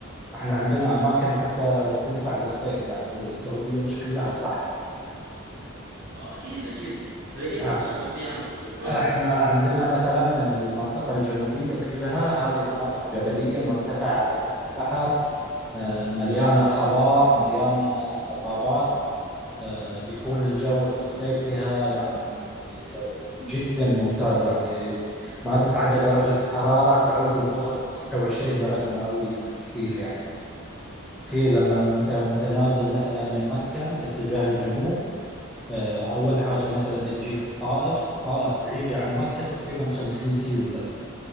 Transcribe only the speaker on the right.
اه اكيد اكيد زي ايه مثلا
ما في عندكم قول
لي
اه